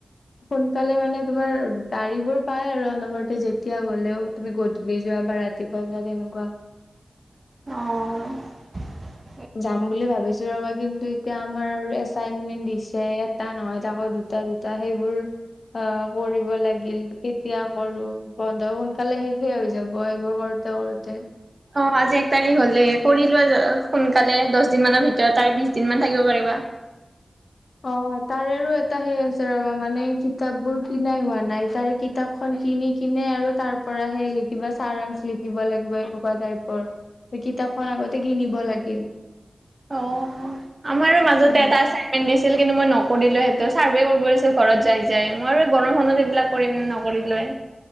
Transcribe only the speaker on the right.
অহ।
অ আজি এক তাৰিখ হলে কৰিলো সোনকালে দহ দিন মানৰ ভিতৰত তাৰে বিশ দিন মান থাকিব পাৰিবা।
অ আমাৰো মাজতে
এটা আচাইনমেন্ট দিছে। কিন্তু মই নকৰিলো সেইটো চাৰ্ভে কৰিবছিল ঘৰত যাই যাই মই গৰমখনত এইবিলাক কৰিম নকৰিলোৱে।